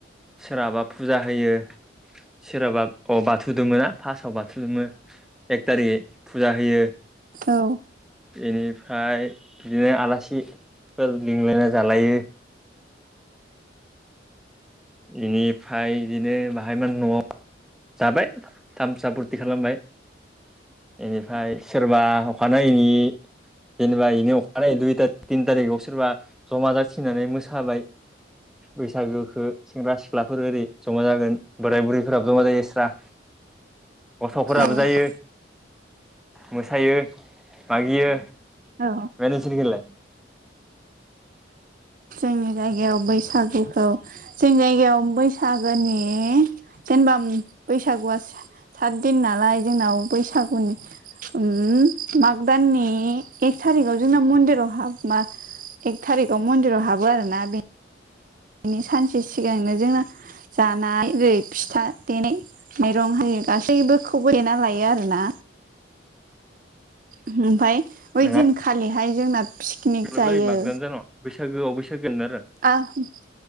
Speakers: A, in the centre; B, on the right.
A: सोरहाबा फुजा होयो सोरहाबा अ बाथौ दुमोना? फास्टआव बाथौ जुमो एक थारि फुजा होयो।
B: औ।
A: इनिफ्राय बिदिनो आलासिफोर लिंलायना जालायो। इनिफ्राय बिदिनो बाहाय मोन न'आव जाबाय थामसा फुरथि खालामबाय। इनिफ्राय सोरबा अखानायैनि जेनेबा इनो अखानायै दुथा तिन थारिखाव सोरबा जमा जाथिनानै मोसाबाय। बैसागोखो सेंग्रा सिख्लाफोर ओरै जमा जागोन बोराय बुरैफोराबो जमा जायो। स्रा गथ'फोराबो
B: औ
A: जायो। मोसायो मागियो।
B: औ।
A: फ्राय नोंसिनिखैलाय?
B: जोंनि जायगायाव बैसागुखौ जोंनि जायगायाव बैसागोनि जेनेबा बैसागुआ सा साद दिन नालाय जोंनाव बैसागुनि उम माग दाननि एक थारिखाव जोंना मन्दिराव हाब मा एक थारिखाव मन्दिराव हाबो आरो ना बि इनि सानसे सिगांनो जोंना जानाय ओरै फिथा देनाय। मेइरं हायो गासैबोखौबो एना लायो आरोना। ओमफाय बै
A: नोंहा
B: दिनखालिहाय जोंना पिकनिक जायो।
A: बोरै मागिनानै जान' बैसागोआव बैसागोननारा।
B: आहम।